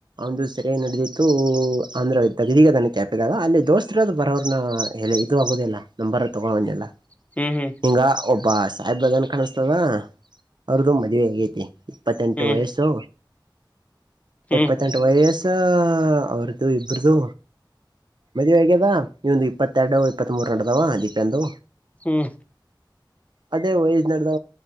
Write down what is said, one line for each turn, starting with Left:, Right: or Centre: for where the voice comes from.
Right: ಒಂದು ಸೆರೆ ನಡೆದಿತ್ತು ಆಂಧ್ರ ಇದ್ದಾಗ ಇದೀಗ ನನ್ನ ಕ್ಯಾಪ್ದಾಗ ಅಲ್ಲಿ ದೋಸ್ತರ ಬರೋರ್ನ ಎಲೆ ಇತ್ತು ಅ ಆಗುದಿಲ್ಲಲ್ಲ ನಂಬರ್ ತೊಗೊಂಡನ್ನಲ್ಲ
Left: ಹ್ಮ್ ಹ್ಮ್ ಹ್ಮ್
Right: ಹಿಂಗಗೆ ಒಬ್ಬ ಸಾಹಿಬಬಗನ್ ಕಾಣಿಸ್ತದ ಅವ್ರ್ದು ಮದುವೆ ಆಗೈತಿ ಇಪ್ಪತ್ತೆಂಟು
Left: ಹ್ಮ್
Right: ವಯಸ್ಸು
Left: ಹ್ಮ್ ಹ್ಮ್
Right: ಇಪ್ಪತ್ತೆಂಟು ವಯಸ್ಸ ಅವ್ರದುು ಇಬ್ರದು ಮದ್ೆ ಹೇಗ್ಯದ ಇವ ಒಂದು ಇಪ್ಪತ್ತೆರಡು ಇಪ್ಪತ್ ಮೂರ್ ನಡದಾವ ದೀಪೆಂದು
Left: ಹ್ಮ್
Right: ಅದೇ ವಯಸ್ ನಡದ